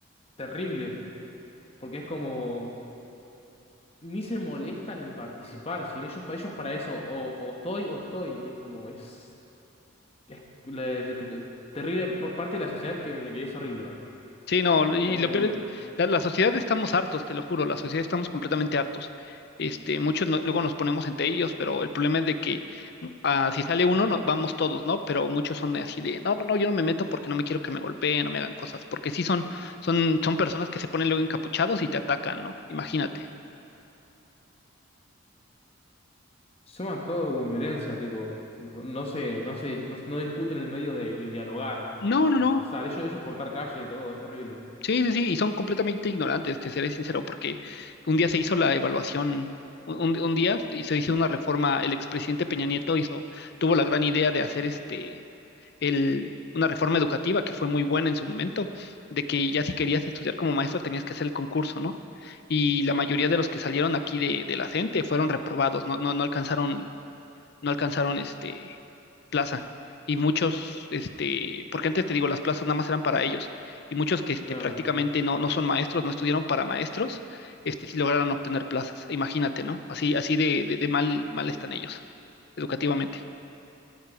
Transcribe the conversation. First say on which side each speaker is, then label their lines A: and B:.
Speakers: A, on the left; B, on the left.
A: terrible. Porque es como, ni se molestan en participar, si no, ellos, para ellos para eso, o, o estoy o estoy, y es como, es, es, la- es- terrible por parte de la sociedad que, que es horrible para mí.
B: Sí, no, y
A: sea,
B: lo
A: me-
B: peor
A: me-
B: es, la, la sociedad estamos hartos, te lo juro, la sociedad estamos completamente hartos. Este, muchos no- luego nos ponemos entre ellos, pero el problema es de que mm, ah, si sale uno, no- vamos todos, ¿no? Pero muchos son así de, no, no, no, yo no me meto porque no me quiero que me golpeen, no me hagan cosas, porque sí son, son, son personas que se ponen luego encapuchados y te atacan, ¿no? Imagínate.
A: suman todo con violencia, tipo, no, no se, no se, no, no discuten en el medio de, de dialogar,
B: No,
A: de
B: no,
A: conversar.
B: no.
A: Ellos, ellos cortar calle, todo, es terrible.
B: Sí, sí, sí, y son completamente ignorantes, te seré sincero, porque un día se hizo la evaluación, un, un- un día y se hizo una reforma, el expresidente Peña Nieto hizo, tuvo la gran idea de hacer este, el, una reforma educativa que fue muy buena en su momento, de que ya si querías estudiar como maestro tenías que hacer el concurso, ¿no? Y la mayoría de los que salieron aquí de, de la CENTE fueron reprobados, no, no, no alcanzaron no alcanzaron este plaza. Y muchos, este, porque antes te digo, las plazas nada más eran para ellos. Y muchos que este,
A: Claro.
B: prácticamente no, no son maestros, no estudiaron para maestros, este, sí lograron obtener plazas. Imagínate, ¿no? Así, así de, de, de mal, mal están ellos, educativamente.